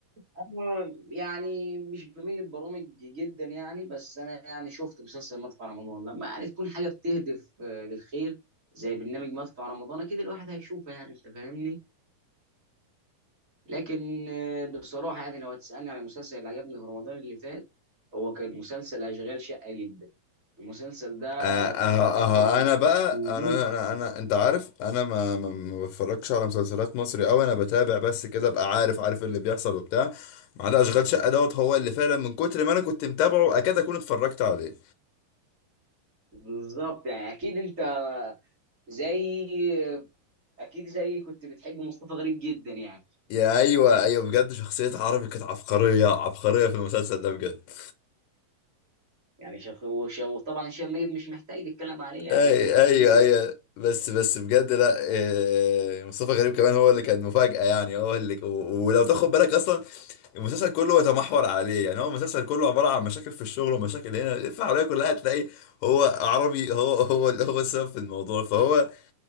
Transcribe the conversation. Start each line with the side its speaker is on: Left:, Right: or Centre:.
Right: أنا يعني مش بميل للبرامج جدا يعني بس أنا يعني شفت مسلسل مدفع رمضان لما يعني تكون حاجة بتهدف آه، للخير زي برنامج مدفع رمضان أكيد الواحد هيشوفها يعني أنت فاهمني لكن آه، بصراحة يعني لو هتسألني على المسلسل اللي عجبني في رمضان اللي فات هو كان مسلسل أشغال شقة جدا المسلسل ده
Left: اه اه
Right: تحس إن هو
Left: اه
Right: كان
Left: انا بقى
Right: <laughs>
Left: انا انا انا انت عارف انا ما ما ما بتفرجش على مسلسلات مصري قوي انا بتابع بس كده ابقى عارف عارف اللي بيحصل وبتاع ما عدا اشغال شقه دوت هو اللي فعلا من كتر ما انا كنت متابعه اكاد اكون اتفرجت عليه
Right: بالظبط يعني أكيد أنت زي آه، أكيد زي كنت بتحب مصطفى غريب جدا يعني
Left: يا ايوه ايوه بجد شخصيه عربي كانت عبقريه عبقريه في المسلسل ده بجد
Right: يعني شخ... وش... وطبعا هشام ميت مش محتاج نتكلم عليه يعني
Left: اي
Right: كوميدي كبير
Left: ايوه
Right: يعني
Left: ايوه بس بس بجد لا إيه، مصطفى غريب كمان هو اللي كان مفاجأة يعني هو اللي و- ولو تاخد بالك اصلا المسلسل كله يتمحور عليه يعني هو المسلسل كله عبارة عن مشاكل في الشغل ومشاكل هنا الفعالية كلها تلاقي هو عربي هو هو اللي هو السبب في الموضوع فهو